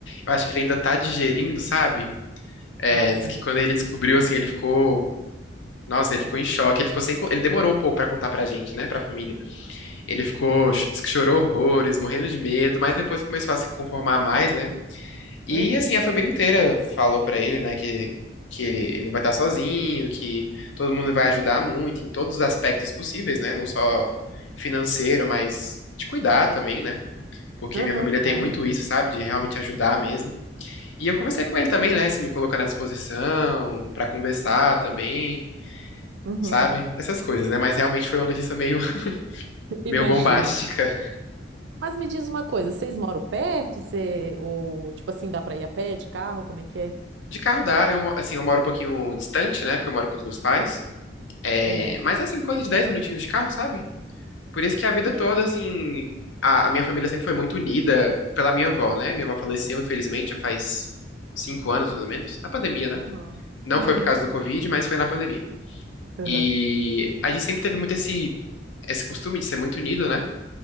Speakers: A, on the left (about 85°); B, on the right (about 65°).
A: Eu acho que ele ainda tá digerindo, sabe? É,
B: Ah, sim.
A: diz que quando ele descobriu, assim, ele ficou Nossa, ele ficou em choque, ele ficou sem, co- ele demorou um pouco pra contar pra gente, né, pra família. Ele ficou, disse que chorou horrores, morrendo de medo, mas depois começou a se conformar mais, né? E
B: Aham,
A: assim, a família inteira falou pra ele, né, que que ele, ele não vai estar sozinho, que todo mundo vai ajudar muito em todos os aspectos possíveis, né? Não só financeiro, mas de cuidar também, né? Porque
B: aham,
A: minha família tem
B: claro.
A: muito isso, sabe? De realmente ajudar mesmo. E eu conversei com ele também, né? Se me colocando à disposição, pra conversar também
B: Uhum,
A: sabe? Essas coisas, né? Mas realmente foi uma notícia meio, <laughs>
B: <laughs> imagino.
A: meio bombástica.
B: Mas me diz uma coisa, vocês moram perto? Você, ou, tipo assim, dá pra ir a pé, de carro? Como é que é?
A: De carro dá, eu, assim, eu moro um pouquinho distante, né? Porque eu moro com os meus pais. É,
B: Aham.
A: mas, assim, coisa de 10 minutinhos de carro, sabe? Por isso que a vida
B: E ele...
A: toda, assim, a, a minha família sempre foi muito unida pela minha avó, né? Minha avó faleceu, infelizmente, já faz cinco anos, mais ou menos, na pandemia, né?
B: Ah,
A: Não
B: Uhum,
A: foi por causa do Covid, mas foi na pandemia.
B: aham.
A: E a gente sempre teve muito esse, esse costume de ser muito unido, né?